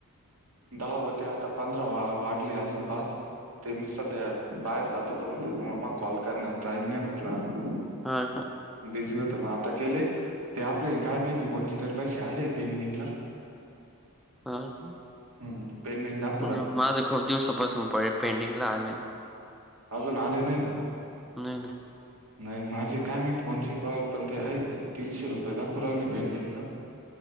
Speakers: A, on the right; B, in the centre.
A: दहा होते आता पंधरा वा वाढले अजून पाच. ते मी सध्या बाहेर जातो होतो म मग कॉल करण्या टाईम नाही भेटला मला.
B: होय का.
A: बिझी होत मग आता केलेय ते आपले काय माहिती कोणचे तरी पैसे आले पेंडिंगला.
B: हा का,
A: हम्म पेंडिंग दा ''--''
B: माझं खूप दिवसापासून प पेंटिंग ला आले.
A: अजून आले नाही का.
B: नाही ना,
A: नाही माझे कायमत कोणची कल पण ते हा तीनशे रुपये दखू राहिले पेंडिंगला.